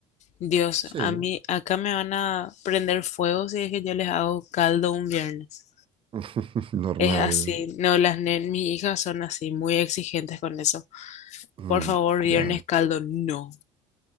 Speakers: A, on the left; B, on the right.
A: Dios,
B: Sí,
A: a mí acá me van a prender fuego si es que yo les hago caldo un viernes.
B: <laughs> normal.
A: Es así, no, las nen, mis hijas son así, muy exigentes con eso.
B: Mm,
A: Por favor, viernes
B: ya,
A: caldo, no.